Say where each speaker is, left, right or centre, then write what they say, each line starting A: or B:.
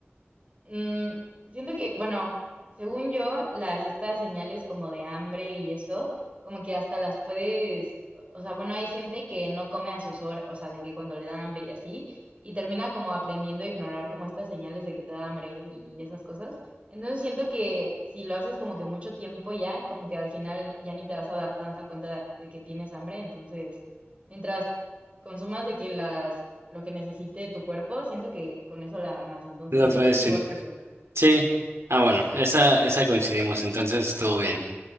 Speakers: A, on the right (about 30°); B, on the right (about 85°).
A: Mm, siento que, bueno, según yo, las estas señales como de hambre y eso, como que hasta las puedes, o sea, bueno, hay gente que no come a sus horas, o sea, de que cuando le da hambre y así, y termina como aprendiendo a ignorar como estas señales de que te da hambre y esas cosas. Entonces siento que si lo haces como que mucho tiempo ya, como que al final ya ni te vas a dar tanta cuenta de que tienes hambre, entonces, mientras consumas de que las lo que necesite tu cuerpo, siento que con eso la armas. Entonces,
B: lo puedes
A: pienso igual que tú.
B: Sí. Ah, bueno, esa, esa coincidimos, entonces estuvo bien.